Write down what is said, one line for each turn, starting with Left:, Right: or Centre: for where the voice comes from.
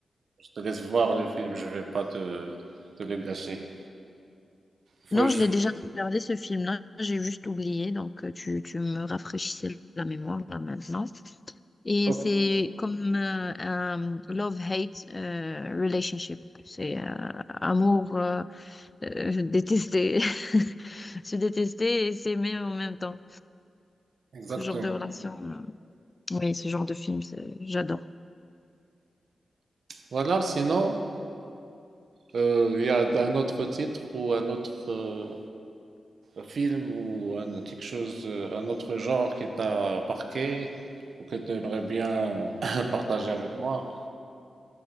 Right: je te laisse voir le film. Je vais pas te, te le gâcher. Faut
Left: Non,
Right: juste...
Left: je l'ai déjà regardé ce film-là, j'ai juste oublié, donc euh, tu, tu me rafraîchissais la mémoire là maintenant. Et
Right: Ok,
Left: c'est comme euh, un love-hate euh, relationship, c'est euh, amour euh, euh, détesté, <laughs> se détester et s'aimer en même temps,
Right: Exactement.
Left: ce genre de relation. euh, Oui, ce genre de film, c'est- j'adore.
Right: Voilà, sinon. Euh, Il y a un autre titre ou un autre euh, film ou un- quelque chose, euh, un autre genre qui t'a marqué ou que tu aimerais bien <coughs> <clears throat> partager avec moi?